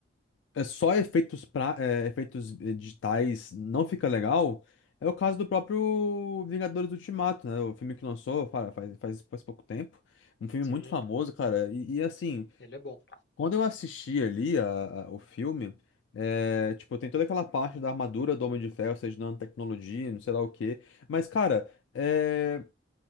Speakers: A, on the left (about 85°); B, on the left (about 65°).
A: é só efeitos, pra, é, efeitos eh, digitais não fica legal, é o caso do próprio Vingadores Ultimato, né? O filme que lançou fa- faz, faz, faz pouco tempo. Um filme
B: sim,
A: muito famoso, cara. E, e, assim,
B: ele é bom.
A: quando eu assisti ali a- a- o filme, é, tipo, tem toda aquela parte da armadura do Homem de Ferro, ou seja, nanotecnologia, não sei lá o quê. Mas, cara. eh,